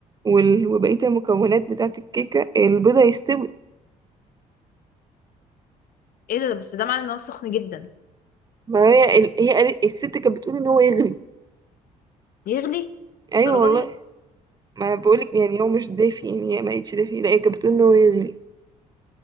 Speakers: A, on the right (about 25°); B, on the left (about 60°).
A: وال... وبقيه المكونات بتاعه الكيكه البيضه يستوي
B: ايه ده بس ده معناه ان هو سخن جدا
A: ما هي ال... هي قالت- الست كانت بتقول ان هو يغلي
B: يغلي
A: ايوه
B: الدرجه
A: والله
B: دي
A: ما بقولك يعني هو مش دافي يعني هي ما قالتش دافي لا هي كانت بتقول ان هو يغلي